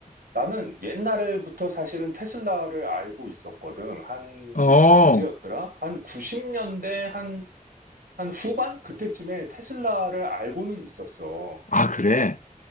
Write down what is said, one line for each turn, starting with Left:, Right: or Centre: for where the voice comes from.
Right: 나는 옛날부터 사실은 테슬라를 알고 있었거든. 한,
Left: 어,
Right: 언제였더라? 한 90년대 한, 한 후반? 그때쯤에 테슬라를 알고는 있었어.
Left: 아, 그래.